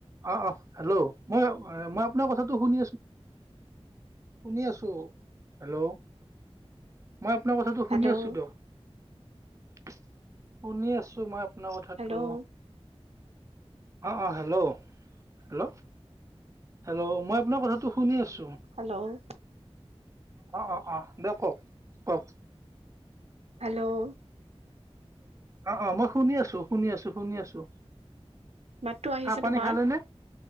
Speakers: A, on the right; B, on the right.
A: অঁ অঁ হেল্ল', ! মই মই আপোনাৰ কথাটো শুনি আছো। শুনি আছো হেল্ল'। মই আপোনাৰ কথাটো
B: হেল্ল'
A: শুনি আছো দিয়ক। শুনি আছো মই। আনা কথাটো
B: হেল্ল'
A: অঁ অঁ হেল্ল, ' হেল্ল'! হেল্ল' মই আপোনাৰ কথাটো শুনি আছো
B: হেল্ল',
A: অঁ অঁ অঁ দিয়ক কওঁক কওঁক!
B: হেল্ল'
A: অঁ অঁ মই শুনি আছো শুনি আছো শুনি আছো
B: মাতটো আহিছে
A: চাহ পানী
B: তোমাৰ
A: খালে নে?